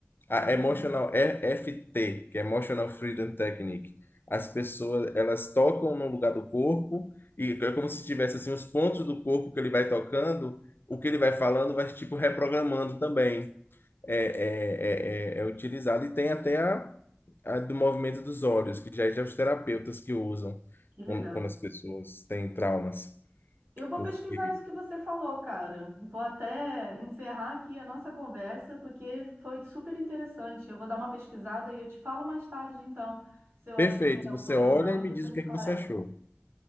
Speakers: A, on the left (about 60°); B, on the right (about 70°).
A: A
B: Exatamente.
A: Emotional EFT, que é Emotional Freedom Technique. As pessoas, elas tocam no lugar do corpo e é como se tivesse assim os pontos do corpo que ele vai tocando, o que ele vai falando vai tipo reprogramando também. É, é, é, é, é utilizado e tem até a, a do movimento dos olhos, que já é os terapeutas que usam
B: Que
A: quando,
B: legal.
A: quando as pessoas têm traumas.
B: Eu vou
A: Porque
B: pesquisar isso que você falou, cara. Vou até encerrar aqui a nossa conversa, porque foi super interessante. Eu vou dar uma pesquisada e eu te falo mais tarde, então, se eu
A: perfeito,
B: achei esse autor
A: você olha
B: ou não,
A: e me
B: e você
A: diz
B: me
A: o que
B: esclarece.
A: é que você achou.